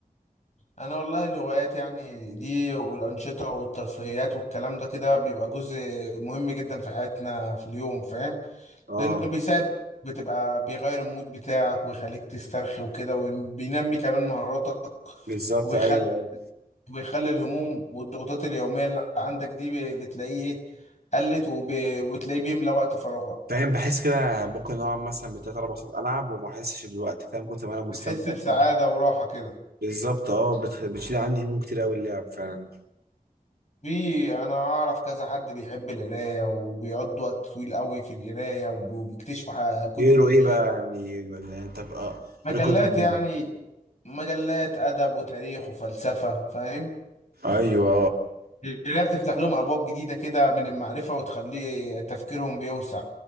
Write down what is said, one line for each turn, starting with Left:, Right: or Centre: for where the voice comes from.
Left: أنا والله الهوايات يعني دي والأنشطة والترفيهيات والكلام ده كده بيبقى جزء مهم جدا في حياتنا في اليوم فاهم؟
Right: اه
Left: لانه بيساعد بتبقى بيغير المود بتاعك ويخليك تسترخي وكده وبينمي كمان مهاراتك
Right: بالظبط
Left: وبيخلي
Right: ايوه ايوه
Left: وبيخلي الهموم والضغوطات اليومية اللي عندك دي ب- بتلاقيه قلت وب- وبتلاقيه بيملى وقت فراغك
Right: فاهم بحس كده ممكن اقعد مثلا بتلات اربع ساعات العب وما احسش بالوقت فاهم كنت انا مستمتع
Left: بتحس بسعادة
Right: فاهم
Left: وراحة كده
Right: بالظبط اه بت- بتشيل عندي هموم كتير قوي اللعب فعلا
Left: في انا اعرف كذا حد بيحب القرايه وبيقضي وقت طويل قوي في القرايه وبيكتشف ح- كتب
Right: بيقولوا
Left: جديده
Right: ايه بقى يعني ولا انت بقى
Left: مجلات
Right: قريت كتب
Left: يعني مجلات ادب وتاريخ وفلسفه فاهم
Right: ايوه
Left: اللي هي بتفتح لهم ابواب جديده كده من المعرفه وتخلي تفكيرهم بيوسع